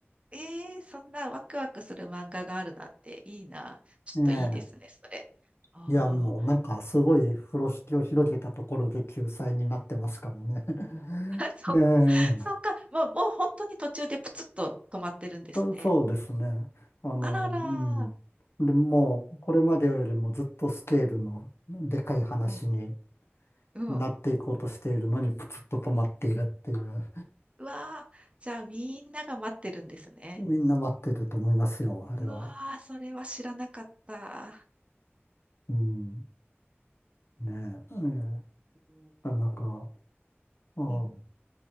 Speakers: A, on the right; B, on the left.
A: ええそんなワクワクする漫画があるなんていいな。ちょっといいですね、
B: ええ。
A: それ。ああ、
B: いや、もうなんかすごい風呂敷を広げたところで救済になってますからね。
A: うん
B: <laughs>
A: <laughs> そ、
B: ええ。
A: そっか。もうもう本当に途中でプツッと止まってるんですね。
B: と、そうですね。あの、
A: あらら。
B: うん。で、もうこれまでよりもずっとスケールのでかい話に
A: うん、うん。
B: なっていこうとしているのにプツッと止まっているっていう。
A: うわあじゃあみんなが待ってるんですね。
B: みんな待ってると思いますよ、あれは。
A: うわあそれは知らなかった。
B: うん。ねえ。ええ。な
A: うん
B: かなか。うん
A: うん。